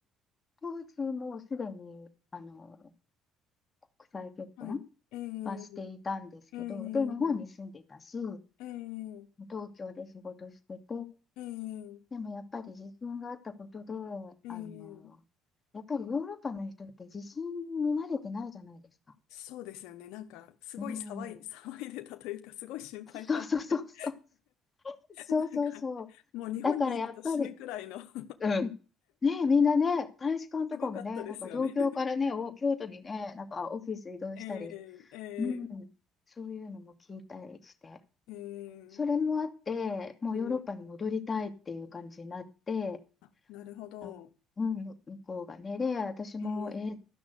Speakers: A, on the left (about 25°); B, on the left (about 75°).
A: 当時もうすでにあの国際結婚
B: はい。ええ、
A: はしていたんですけど、
B: ええ、
A: で、日本に住んでいたし、
B: ええ、
A: 東京で仕事してて、
B: ええ、
A: でもやっぱり自震があったことで、
B: ええ、
A: あのやっぱりヨーロッパの人って自信に慣れてないじゃないですか。
B: そうですよね。なんか、すごい騒い、
A: うん、
B: <laughs> 騒いでたというか、すごい心配されて。
A: そうそうそうそう。
B: <laughs>
A: そうそうそう。
B: なんか、もう日本にいると死ぬくらいの
A: だからやっぱり、
B: <laughs>
A: うん。ねえ、みんなね、大使館とかもね、
B: すごかったですよね。
A: なんか東京からね、お、京都にね、なんかオフィス移動したり、
B: <laughs> ええ、え
A: うん、そういうのも聞いたりして、
B: え、ええ、
A: それもあって、もうヨーロッパに戻りたいっていう感じになって、
B: うんあ、なるほど。
A: あ、うん、向こうがね、で、私も、
B: ええ、
A: えー